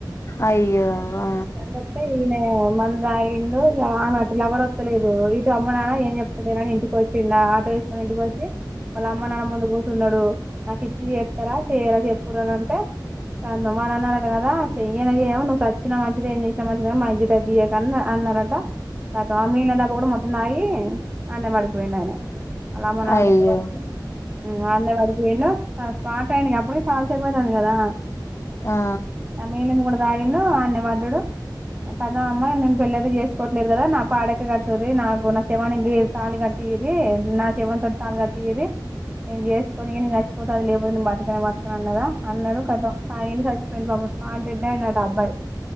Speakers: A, on the left; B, on the right.
A: అయ్యో ఆ
B: అట్లంటే ఈయన మందు తాగిండు ఆమె అటు లవర్ ఒతలేదు ఇటు అమ్మ నాన్న ఏం చెప్తలేరాని ఇంటికి వచ్చిండు ఆటో చేసుకునీ ఇంటికి వోచి వల్ల అమ్మానాన్నా ముందు కోస్ న్నాడు నాకు ఇచ్చి చేస్తారా చేయరా చెప్పురు అని అంటే క మరి అన్నారటకదా చెయ్యనే చెయ్యము నువ్వు సచ్చిన మంచిది ఏం జెసినా మంచిడే గాని మా ఇజత్ ఐతే తీయక్ అని రటా ఆ మిగిలిన డబ్బా కూడా మొత్తం తాగి అనే పడిపోయిండు ఆయన వాళ్ళ అమ్మానాన్నా
A: అయ్యో
B: ముందర ఉమ్ అనే పడిపోయిండు స్మార్ట్ అయనిగ అప్పుడే చాలాసేపు అయితాంది కదా
A: ఆ
B: ఆ మిగిలింది కూడా తాగిండు అనే పడ్డడు కదా అమ్మా నేను పెళ్ళ అయితే చేసుకోవట్లేదు కదా నా పాడికే కట్టుర్రి నాకు నా శవానికి తాలి కట్టి ఇది నా సేవం తోటి తాళి కట్టి ఇర్రి నేను చేసుకోనిను ఇగ నేను చచ్చిపోతా అది లేపోదును బతకనే బతుక అన్నదా అన్నాడు కతం తాగిండు చచ్చిపోయింది పాపం స్పాట్ డెడ్ అయ్యిండు అంట అబ్బాయి